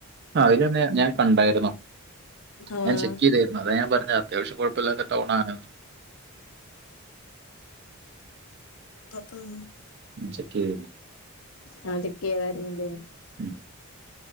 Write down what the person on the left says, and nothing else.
ആഹ്
ഉം ഉം
ആഹ് ചെക്ക് ചെയ്താരുന്നല്ലേ